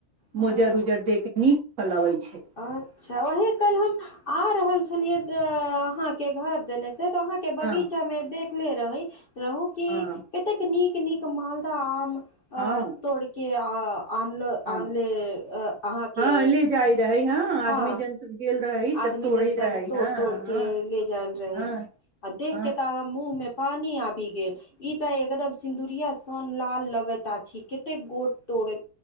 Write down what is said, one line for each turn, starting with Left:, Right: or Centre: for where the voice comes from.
Left: हँ
Right: मुजर उजर देख के नीक फल अबै छै
Left: अच्छा वही कल हम आ रहल छलियै अहाँके घर देने से तो अहाँ के बगीचा
Right: हँ
Left: मे देखले रही रहु क
Right: हँ
Left: कतेक नीक नीक मालद आम अ
Right: हँ
Left: तोड़के आ आनलो
Right: हँ
Left: आनले अहाँके
Right: हँ ले जाइ रहै आदमी
Left: हँ
Right: जन सब गेल रहै सब
Left: आदमी
Right: तोड़े
Left: जन सब
Right: रहै
Left: तोड़
Right: हँ
Left: तोड़
Right: हँ
Left: के ले जायल रहै
Right: हँ
Left: अध देखके
Right: हँ
Left: तऽ मुँहमे पानी आबि गेल ई तऽ एकदम सिन्दुरिया सन लाल लगेता छी कते गोट तोड़े